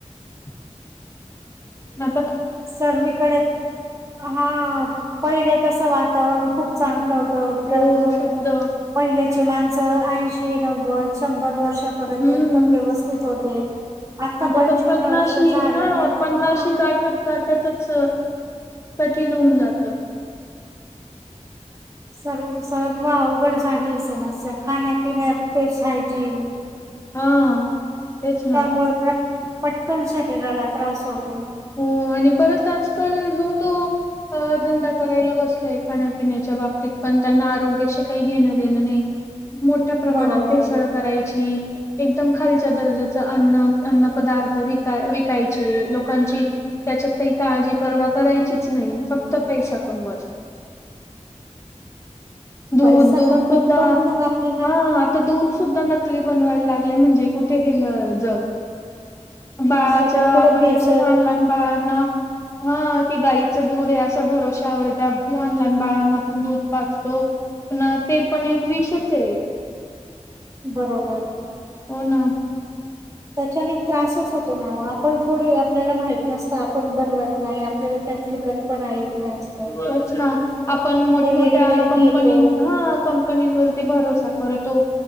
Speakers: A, on the left; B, on the right.
A: <unintelligible> हा.
B: सर्वीकडे हां पहिले तसं वा वातावरण खूप चांगलं होतं त प
A: हो
B: म
A: शुद्ध
B: पहिलेचे माणसं ऐंशी, नव्वद, शंभर वर्ष वर्षापर्यंत
A: हम्म
B: एकदम व्यवस्थित होते.
A: आता
B: पंचवीस
A: तर पन्नाशी
B: वर्ष झालं
A: हां
B: नाही तर
A: पन्नाशी
B: हा
A: गाठत गाठतच कठीण होऊन जातं.
B: सर्व सर्व अवघड झालीय समस्या खाण्यापिण्यात तेच हायजीन
A: हा तेच ना
B: त्यामुळे त्या पटकन शरीराला त्रास होत
A: हो आणि परत आजकाल जो तो अ धंदा करायला बसलाय खाण्यापिण्याच्या बाबतीत पण त्यांना आरोग्याशी काही घेणं देणं नाही. मोठ्या प्रमाणात
B: बरोबर
A: भेसळ करायची. एकदम खालच्या दर्जाचं अन्न, अन्न पदार्थ विकय विकायचे लोकं लोकांची त्याच्यात काही काळजी परवा करायचीच नाही फक्त पैसा कमवाय दूध
B: पैसा
A: दूध
B: कमवून
A: सुद्धा
B: पण मग आपल्याला
A: हां आता दूध सुद्धा नक नकली बनवायला लागले म्हणजे कुठे गेलं जग बाळाच्या
B: सगळीकडे
A: आपण
B: बेस
A: अशा लहान लहान बाळांना हं की गाईचं दूध आहे अशा भरोश्यावर त्या लहान लहान बाळांना पण दूध पाचतो प ते पण एक विषच आहे
B: बरोबर.
A: हो ना.
B: त्याच्याने त्रासच होतो ना हो आप आपण थोडी आपल्याला माहित असतं आपण बनवत नाही आप तरी त्यातली कल्पना येत नस
A: हेच ना आपण मोठ मोठ्या
B: रेडीमेड
A: कंपनी
B: घेतो
A: ह कंपनीवरती भरोसा करतो